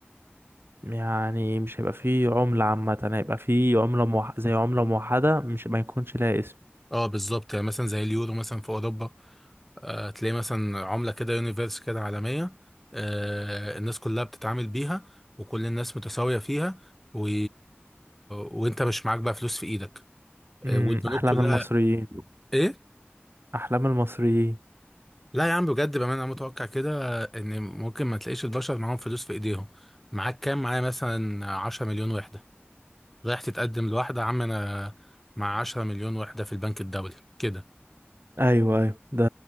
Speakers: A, on the right (about 60°); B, in the centre.
A: يعني مش هيبقى فيه عملة عامة هيبقى فيه عملة موح... زي عملة موحدة مش ما يكونش لها اسم
B: اه بالظبط يعني مثلا زي اليورو مثلا في اوروبا آه تلاقي مثلا عمله كده يونيفرس كده عالميه آه الناس كلها بتتعامل بيها وكل الناس متساويه فيها و... وانت مش معاك بقى فلوس في ايدك
A: مم،
B: آه والبنوك
A: أحلام
B: كلها
A: المصريين
B: ايه
A: أحلام المصريين
B: لا يا عم بجد بقى انا متوقع كده ان ممكن ما تلاقيش البشر معاهم فلوس في ايديهم معاك كام معايا مثلا 10 مليون وحده رايح تتقدم لواحده يا عم انا مع 10 مليون وحده في البنك الدولي كده
A: ايوه ايوه ده